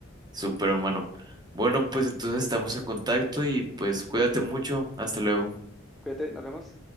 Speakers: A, on the right; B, in the centre.
A: Súper, hermano. Bueno, pues entonces estamos en contacto y pues cuídate mucho. Hasta luego.
B: Cuídate, nos vemos.